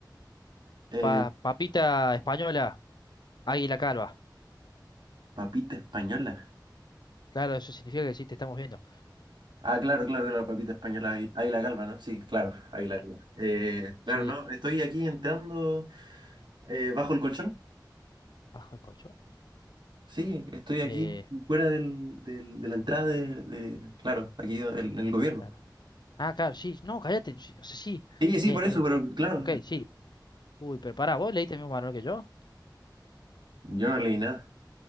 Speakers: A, on the right (about 75°); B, on the left (about 65°).
A: Eh,
B: Pa- papita española, águila calva.
A: papita española.
B: Claro, eso significa que sí, te estamos viendo.
A: Ah, claro, claro, claro, papita española,
B: Claro,
A: ahí, ahí la calva, ¿no? Sí, claro, ahí la calva. Eh, claro,
B: sí,
A: no, estoy aquí entrando eh, bajo el colchón.
B: bajo el colchón.
A: Sí, estoy aquí
B: Eh,
A: fuera del, del- de la entrada de, de- claro, aquí en el, en el gobierno.
B: claro. Ah, claro, sí, no, cállate. sí, O sea, sí,
A: Sí, sí,
B: bien,
A: por eso,
B: bien.
A: pero claro,
B: Ok,
A: sí.
B: sí. Uy, pero pará, ¿vos leíste el mismo manual que yo?
A: yo no leí nada.